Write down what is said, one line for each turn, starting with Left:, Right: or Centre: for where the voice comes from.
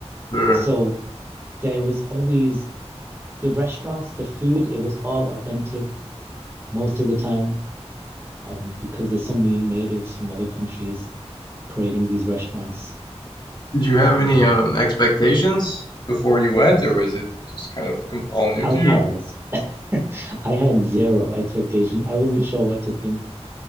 Left: Sure.
Right: So there was always the restaurants, the food, it was all authentic most of the time, um, because there's so many natives from other countries creating these restaurants.
Left: Did you have
Right: Um,
Left: any um expectations before you went or was it just kind of com all new
Right: I'll
Left: to
Right: be
Left: you?
Right: honest, <laughs> I had zero expectation. I wasn't sure what to think.